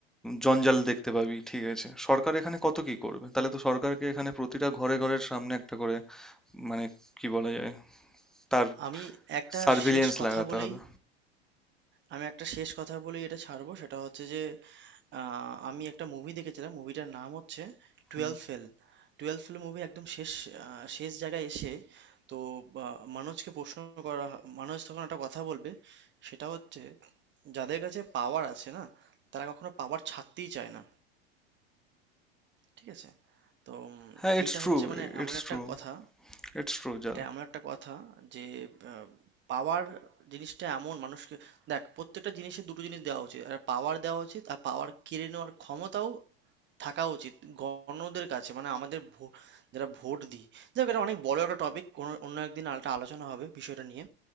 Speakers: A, in the centre; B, on the right.
A: জঞ্জাল দেখতে পাবি, ঠিক আছে? সরকার এখানে কত কি করবে? তাহলে তো সরকারকে এখানে প্রতিটা ঘরে, ঘরের সামনে একটা করে মানে কি বলা যায়? তার
B: আমি একটা
A: সার্ভিলিয়েন্স
B: শেষ কথা
A: লাগাতে
B: বলেই
A: হবে।
B: আমি একটা শেষ কথা বলি এটা ছাড়বো সেটা হচ্ছে যে আহ, আমি একটা মুভি দেখেছিলাম মুভিটার নাম হচ্ছে twelve
A: হুম।
B: fail Twelve fail movie একদম শেষ আহ, শেষ জায়গায় এসে তো আহ, মানুষকে প্রশ্ন করা হ- মানুষ তখন একটা কথা বলবে সেটা হচ্ছে যাদের কাছে পাওয়ার আছে না তারা কখনো পাওয়ার ছাড়তেই চায় না ঠিক আছে তো উম,
A: হ্যাঁ, it's
B: এইটা
A: true,
B: হচ্ছে মানে এমন
A: it's
B: একটা
A: true,
B: কথা
A: it's true যা
B: এটা এমন একটা কথা যে আহ, পাওয়ার জিনিসটা এমন মানুষকে দেখ প্রত্যেকটা জিনিসে দুটো জিনিস দেওয়া উচিত আর পাওয়ার দেওয়া উচিত আর পাওয়ার কেড়ে নেওয়ার ক্ষমতাও থাকা উচিত গণদের কাছে মানে আমাদের ভো- যারা ভোট দিই যাক এটা অনেক বড় একটা টপিক কোনো অন্য একদিন আলটা আলোচনা হবে বিষয়টা নিয়ে